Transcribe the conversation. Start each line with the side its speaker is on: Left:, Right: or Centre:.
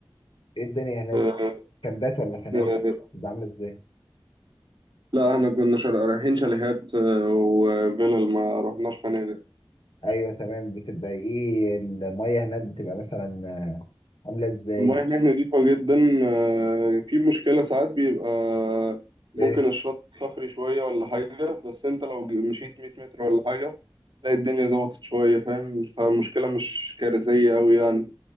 Left: ايه الدنيا هناك
Right: آه،
Left: كامبات ولا فنادق
Right: آه،
Left: بتبقى عامله ازاي
Right: لا احنا كنا شر- رايحين شاليهات آه، وفيلل ما رحناش فنادق
Left: ايوه تمام بتبقى ايه الميه هناك بتبقى مثلا عامله ازاي
Right: المياه هناك نظيفة جدا آه، في مشكلة ساعات بيبقى ممكن
Left: ايه
Right: الشط صخري شوية ولا حاجة بس انت لو ج- مشيت 100 متر ولا حاجة تلاقي الدنيا ظبطت شوية فاهم فالمشكلة مش كارثية أوي يعني